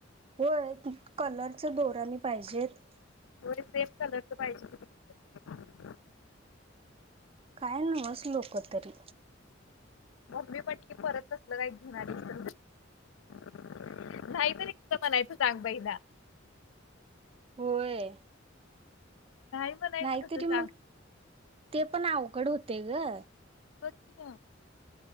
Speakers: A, on the right; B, on the left.
A: होय कलरच दोराने पाहिजेत.
B: दोनी सेम कलरच पाहिजे. कि तिथं
A: काय न्हवस लोक तरी
B: मम्मी म्हंटली परत तसलं काय घेऊन आलीस तर बघ नाहीतरी कसं म्हणायचं सांग बाई हिला
A: व्हय
B: म्हणायचं
A: नाहीतरी
B: कसं सांग
A: मग ते पण अवघड होतय ग
B: पठया